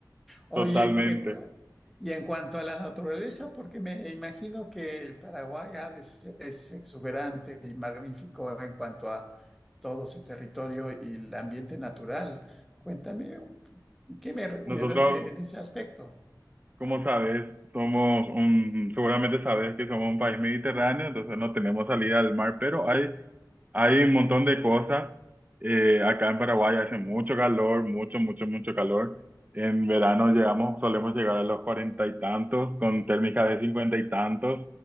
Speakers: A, in the centre; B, on the right.
A: Oye,
B: Totalmente.
A: y en, y en cuanto a la naturaleza, porque me imagino que el Paraguay ha de se- es exuberante y magnífico en cuanto a todo su territorio y el ambiente natural. Cuéntame, ¿qué me recomiendas
B: Nosotros
A: de- en ese aspecto?
B: Como sabes, somos un, seguramente sabes que somos un país mediterráneo, entonces no tenemos salida al mar, pero hay, hay un montón de cosas. Eh, acá en Paraguay hace mucho calor, mucho, mucho, mucho calor. En verano llegamos, solemos llegar a los cuarenta y tantos, con térmicas de cincuenta y tantos.